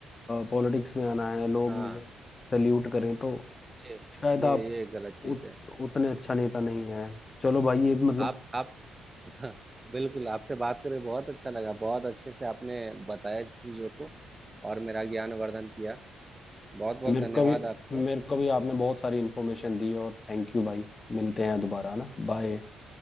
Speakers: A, on the left; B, on the right.
A: पॉलिटिक्स में आना है लोग
B: हाँ
A: मुझे सल्यूट करें तो
B: ये
A: शायद
B: ये
A: आप
B: ये गलत चीज
A: उत,
B: है
A: उतने अच्छा नेता नहीं है चलो भाई ये मतलब
B: आप आप <laughs> हाँ, बिल्कुल आपसे बात करके बहुत अच्छा लगा बहुत अच्छे से आपने बताया चीजों को और मेरा ज्ञान वर्धन किया बहुत बहुत
A: मेरे
B: धन्यवाद
A: को भी
B: आपको
A: मेरे को भी आपने बहुत सारी इन्फॉर्मेशन दी और थैंक यू भाई मिलते हैं दोबारा ना बाय